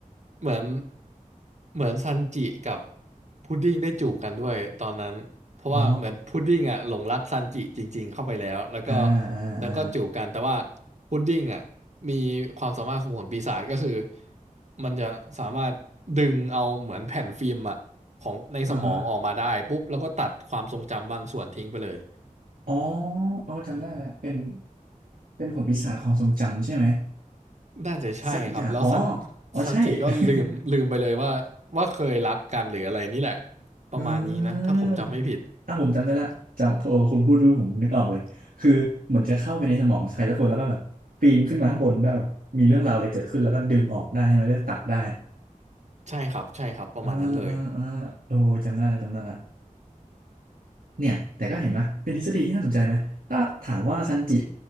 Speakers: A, on the right; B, on the right.
A: เหมือนเหมือนซันจิกับพุดดิ้งได้จูบกันด้วยตอนนั้นเพราะว่าเหมือนพุดดิ้งอ่ะหลงรักซันจิจริงๆเข้าไปแล้วแล้วก็
B: อ๋ออ่าอ่าอ่า
A: แล้วก็จูบกันแต่ว่าพุดดิ้งอ่ะมีความสามารถของผลปีศาจก็คือมันจะสามารถดึงเอาเหมือนแผ่นฟิล์มอ่ะของในสมองออกมาได้ปุ๊บแล้วก็ตัดความทรงจำบางส่วนทิ้งไปเลย
B: อ่าฮะอ๋ออ๋อจำได้แล้วเป็นเป็นผลปีศาจความทรงจำใช่ไหม
A: น่าจะใช่ครับแล้วซัน
B: สักอย่างอ๋ออ๋อใช่
A: ซันจิก็ลืมลืมไปเลยว่าว่าเคยรักกันหรืออะไรนี่แหละ
B: <laughs>
A: ประมาณนี้นะถ้าผมจำไม่ผิด
B: เอออ่ะผมจำได้ละจำโอ้คุณพูดรู้ผมนึกออกเลยคือเหมือนจะเข้าไปในสมองใครสักคนแล้วก็แบบปีนขึ้นมาข้างบนแบบมีเรื่องราวอะไรเกิดขึ้นแล้วก็ดึงออกได้ใช่ไหมแล้วตัดได้
A: ใช่ครับใช่ครับประมาณนั้นเลย
B: เออเออเออโอ้จำได้ละจำได้ละเนี่ยแต่ก็เห็นไหมเป็นทฤษฎีที่น่าสนใจไหมถ้าถามว่าซันจิ